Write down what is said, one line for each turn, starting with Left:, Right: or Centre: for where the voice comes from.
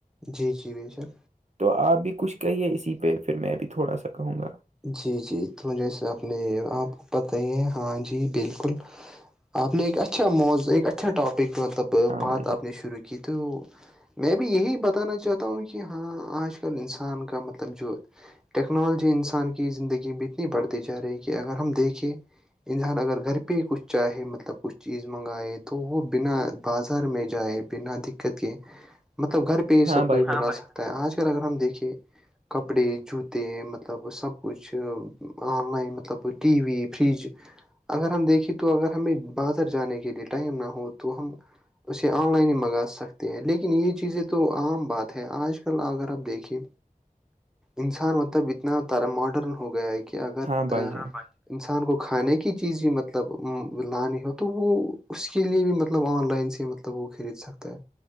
Centre: جی جی بھ سر
Right: تو آپ بھی کچھ کہیے اسی پہ پھر میں بھی تھوڑا سا کہوں گا
Centre: جی جی تو جیسے اپنے آپ کو پتہ ہی ہے ہاں جی بالکل آپ نے ایک اچھا موز ایک اچھا ٹاپک مطلب
Right: ہاں
Centre: بات
Right: بھائی جان
Centre: آپ نے شروع کی تو میں بھی یہی بتانا چاہتا ہوں کہ ہاں آج کل انسان کا مطلب جو ٹیکنالوجی انسان کی زندگی میں اتنی بڑھتی جا رہی ہے کہ اگر ہم دیکھیں انسان اگر گھر پہ ہی کچھ چاہے مطلب کچھ چیز منگائے تو وہ بنا بازار میں جائے بنا دقت کے مطلب گھر پہ پہ
Right: ہاں
Centre: سب
Right: بھائی
Centre: کچھ
Right: جان
Centre: بڑھا سکتا ہے آج کل اگر ہم دیکیںے کپڑے جوتے مطلب مطلب سب کچھ آن لائن مطلب ٹی وی فریج اگر ہم دیکھیں تو اگر ہمیں بازر جانے کے لیے ٹائم نہ ہو تو ہم اسے آن لائن ہی منگا سکتے ہیں لیکن یہ چیزیں تو عام بات ہے آج کل اگر آپ دیکھیں انسان مطلب اتنا تارا ماڈرن ہو گیا ہے کہ اگر
Right: ہاں بھائی جان
Centre: انسان کو کھانے کی چیز بھی مطلب لانی ہو تو وہ اس کے لیے بھی مطلب آن لائن سے مطلب توب وہ خرید سکتا ہے